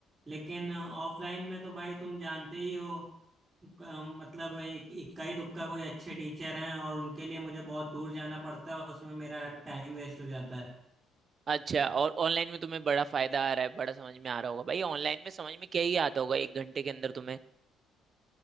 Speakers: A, on the right (about 20°); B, on the right (about 40°).
A: लेकिन ऑफलाइन में तो भाई तुम जानते ही हो क- मतलब एक- इक्का ही दुक्का कोई अच्छे टीचर हैं और उनके लिए मुझे बहुत दूर जाना पड़ता है उसमें मेरा टाइम वेस्ट हो जाता है
B: अच्छा और ऑनलाइन में तुम्हें बड़ा फायदा आ रहा है बड़ा समझ में आ रहा होगा भाई ऑनलाइन में समझ में क्या ही आता होगा एक घंटे के अंदर तुम्हें